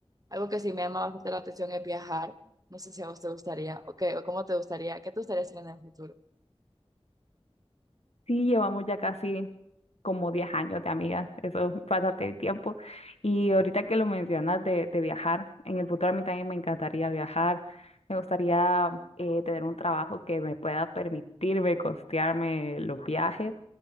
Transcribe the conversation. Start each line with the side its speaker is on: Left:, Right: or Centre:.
Right: algo que sí me llama bastante la atención es viajar. No sé si a vos te gustaría, o qué, o cómo te gustaría, qué te gustaría hacer en el futuro.
Left: Sí, llevamos ya casi como 10 años de amigas, eso, <laughs> pásate el tiempo. Y ahorita que lo mencionas de, de viajar, en el futuro a mí también me encantaría viajar, me gustaría eh, tener un trabajo que me pueda permitirme costearme los viajes